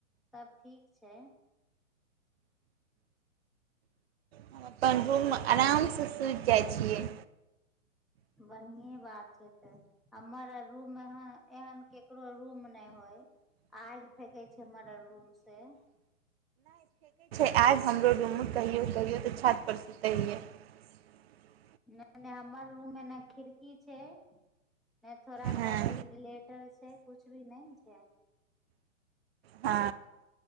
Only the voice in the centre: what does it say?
तब ठीक छै।
बनहीए बात छै तऽ हम्मर आर रूप महाँ एहन केकरो रूम नहि होय आईग फेेकै छै मरर रूम से।
नै नै हम्मर रूम मे नै खिड़की छै। नै थोड़ा
सा वैंडिलेटर छै कुछ भी नै। छ